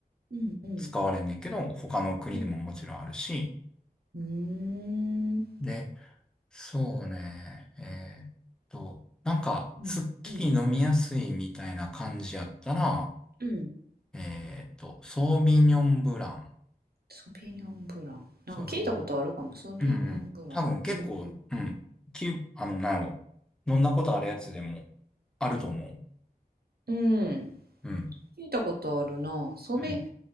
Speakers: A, on the right; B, in the centre.
A: うんうん。
B: 使われんねんけど、他の国でももちろんあるし、
A: うん。うーん。
B: で、そうね、えーっと、なんか、
A: うん。
B: すっきり飲みやすいみたいな感じやったら、
A: うん。うん。
B: えーっと、ソービニョンブラン、
A: ソビニョンブラン。なんか聞いたことあるかも。
B: ソービニョン、
A: ソビニョンブラン。
B: うんうん、多分結構、
A: うんうんうん。
B: うん、き、あの、なんやろ、飲んだことあるやつでもあると思う。
A: うん。
B: うん。
A: 聞いたことあるな。ソビ
B: うん